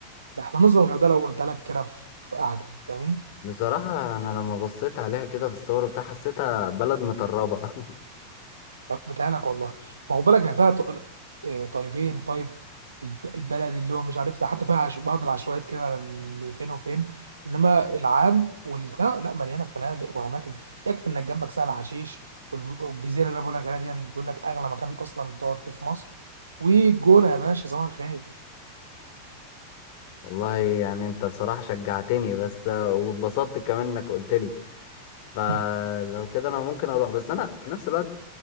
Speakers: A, on the right; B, on the left.
A: ده احنا نظلم الغردقه لو قلت لك كده في في قعده فاهمني
B: بصراحة انا لما بصيت عليها كده في الصور بتاع حسيتها بلد متربة
A: لا بتاعلك والله ما هو بالك هي فيها ط- إيه، طيبين طيب الب- البلدي اللي هو مش عارف ده حتى فيها عش- بعض العشوائيات كده اللي فين وفين انما العام والبتاع لا مليانه فنادق واماكن يكفي انك جنبك سهل حشيش والم- والجزيره اللي انا بقول لك عليها دي بيقول لك اغلى مكان اصلا تقعد فيه في مصر والجونه يا باشا صباح الخير
B: <laughs> والله يعني انت بصراحة شجعتني بس واتبسطت كمان انك قلت لي فلو
A: <laughs>
B: كده انا ممكن اروح بس انا في نفس الوقت